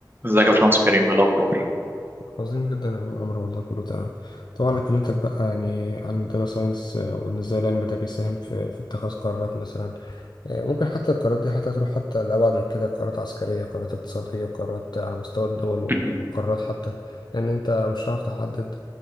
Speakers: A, on the right; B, on the left.
A: ازيك يا باشمهندس كريم ايه الاخبار
B: عظيم جدا يا عم عمرو والله كله تمام طبعا انا كلمتك بقى يعني عن الداتا ساينس وان ازاي العلم ده بيساهم في في اتخاذ قرارات مثلا آه، ممكن حتى القرارات دي حتى تروح حتى لأبعد من كده قرارات عسكرية قرارات اقتصادية قرارات على مستوى الدول وال-
A: <laughs>
B: والقرارات حتى لأن أنت مش هتعرف تحدد